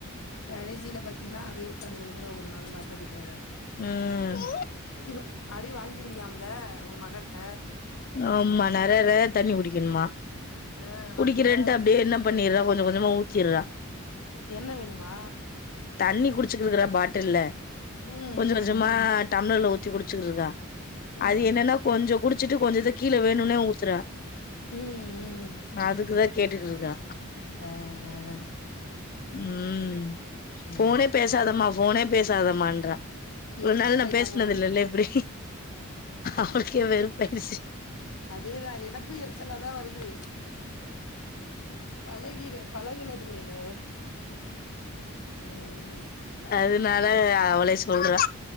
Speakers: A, on the left (about 85°); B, on the left (about 40°).
A: கடேசீல பாத்தீன்னா அதே உக்காந்து ஒழுங்கா ஒரு நாளு பாத்தது கெடையாது
B: ம்
A: அடி அடி வாங்கீருவியாம்ல உ மகட்ட
B: ஆமா நெறையவே தண்ணி குடிக்கணுமா
A: ஆ
B: குடிக்கிறேன்ட்டு
A: பாத்தியா
B: அப்டியே என்ன பண்ணீற்றா கொஞ்ச கொஞ்சமா ஊத்தீற்றா
A: என்ன வேணுமா
B: தண்ணி குடிச்சுக்குகுறா பாட்டில்ல
A: ம்
B: கொஞ்ச
A: ம்
B: கொஞ்சமா டம்ளர்ல ஊத்தி குடிச்சுட்ருக்கா
A: ம்
B: அது என்னனா கொஞ்ச குடுச்சுட்டு கொஞ்சத கீழே வேணுனே ஊத்துறா
A: ம் ம் ம்
B: நா அதுக்குதா கேட்டுக்கிட்ருக்கே
A: ஆ ஆ
B: ம் போனே
A: ம்
B: பேசாதமா போனே பேசாதமான்றா இவ்ளோ
A: எரிச்சல்
B: நாள் நா
A: ஆயிட்டா
B: பேஸ்னதில்லேல
A: போல இருக்கு
B: இப்டி அவளுக்கே வெறுப்பாயிறுச்சு
A: அதேதா எனக்கு எருச்சலாதா வருது பழகீறு பழகுனதில்லேல ம்
B: அதுனால அவளே சொல்றா